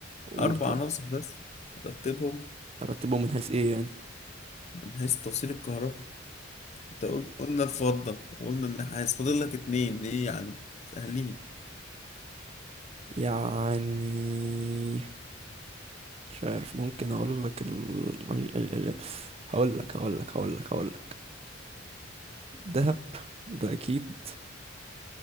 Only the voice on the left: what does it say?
أربع
عناصر بس رتبهم
من حيث توصيل الكهرباء أنت قل- قلنا الفضة وقلنا النحاس فاضل لك اتنين إيه يعني سهلين